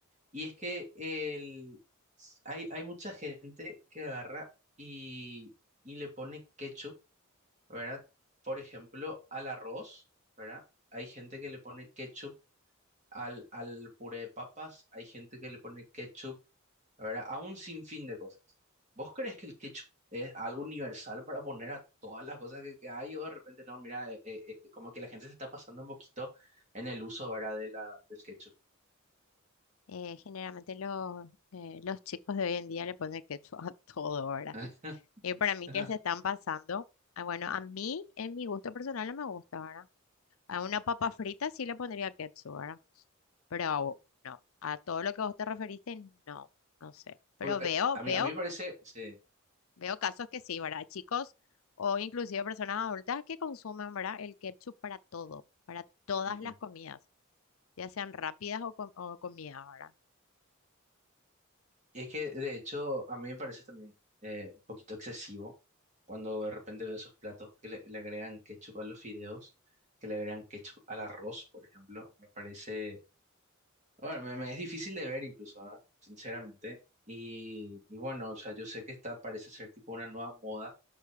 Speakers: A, on the right (about 35°); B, on the left (about 70°).
A: y es que el, hay, hay mucha gente que agarra y, y le pone ketchup, ¿verdad? Por ejemplo, al arroz, ¿verdad? Hay gente que le pone ketchup al, al puré de papas, hay gente que le pone ketchup ¿verdad? A un sinfín de cosas. ¿Vos crees que el ketchup es algo universal para poner a todas las cosas que, que hay? O de repente, no, mira, eh, eh, eh, eh, como que la gente se está pasando un poquito en el uso, ¿verdad? De la, del ketchup.
B: Eh, generalmente los, eh, los chicos de hoy en día le ponen ketchup <laughs> a todo ahora.
A: <laughs>
B: Y para mí
A: Ajá.
B: que se están pasando, ah, bueno, a mí en mi gusto personal no me gusta ahora. A una papa frita sí le pondría ketchup, ¿verdad? Pero a u- no, a todo lo que vos te referiste, no, no sé. Pero
A: Porque
B: veo,
A: a mí,
B: veo,
A: a mí me parece, sí.
B: veo casos que sí, ¿verdad? Chicos o inclusive personas adultas que consumen, ¿verdad? El ketchup para todo, para todas
A: Ujú.
B: las comidas, ya sean rápidas o, com- o comidas, ¿verdad?
A: Y es que, de hecho, a mí me parece también eh, un poquito excesivo cuando de repente veo esos platos que le, le agregan ketchup a los fideos, que le agregan ketchup al arroz, por ejemplo. Me parece Bueno, me, me es difícil de ver incluso, ah, Sinceramente. Y, y bueno, o sea, yo sé que está, parece ser tipo una nueva moda